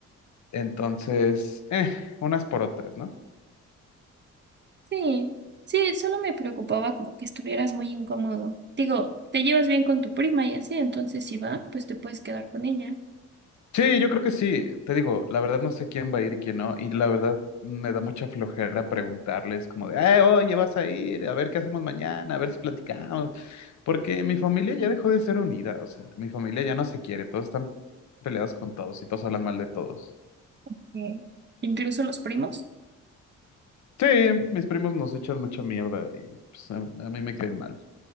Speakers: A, on the left; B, on the right.
A: Entonces, eh, unas por otras, ¿no?
B: Sí, sí, solo me preocupaba como que estuvieras muy incómodo. Digo, te llevas bien con tu prima y así, entonces si va, pues te puedes quedar con ella.
A: Sí, yo creo que sí. Te digo, la verdad no sé quién va a ir y quién no. Y la verdad me da mucha flojera preguntarles como de, "Ay, oye, vas a ir, a ver qué hacemos mañana, a ver si platicamos. Porque mi familia ya dejó de ser unida. O sea, mi familia ya no se quiere. Todos están peleados con todos y todos hablan mal de todos.
B: Ok. Incluso los primos.
A: Sí, mis primos nos echan mucha mierda y pues, a, a mí me caen mal.